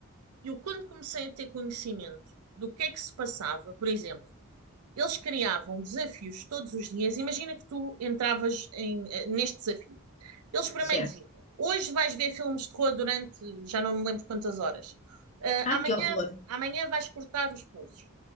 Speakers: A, on the right; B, on the left.
A: Eu, quando comecei a ter conhecimento do que é que se passava, por exemplo, eles criavam desafios todos os dias. Imagina que tu entravas em, eh, neste desafio eles primeiro
B: certo.
A: diziam: hoje vais ver filmes de terror durante já não me lembro quantas horas.
B: Ah,
A: Ah, amanhã,
B: que horror!
A: amanhã vais cortar os pulsos.